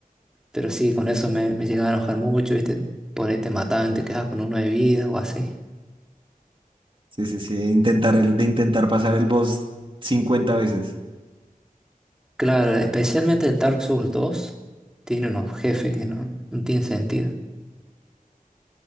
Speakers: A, in the centre; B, on the right.
A: pero sí, con eso me, me llegaba a enojar mucho, ¿viste? Por ahí te mataban, te quedabas con uno de vida o así.
B: sí, sí, sí, intentar, el, de intentar pasar el boss 50 veces.
A: Claro, especialmente el Dark Souls dos tiene unos jefes que no, no tienen sentido.